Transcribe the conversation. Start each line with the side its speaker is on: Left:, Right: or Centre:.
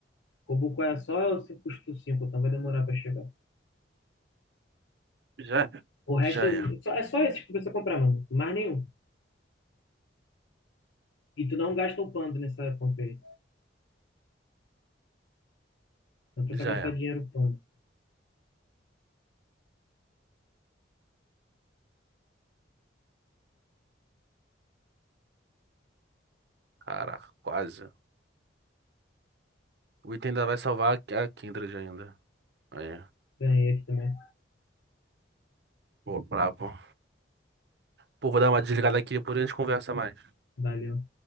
Left: Kobuko é só o custo 5 então vai demorar pra chegar.
Right: Já é.
Left: O resto,
Right: Já é.
Left: só- é só esse que tu precisa comprar, mano. Mais nenhum. E tu não gasta o pando nessa compra aí. Não precisa
Right: Já
Left: gastar
Right: é.
Left: dinheiro quando.
Right: Caraca, quase. O item ainda vai salvar a a Kindred ainda. Aí,
Left: Ganhei aqui também.
Right: pô, brabo. Pô, vou dar uma desligada aqui, depois a gente conversa mais.
Left: Valeu.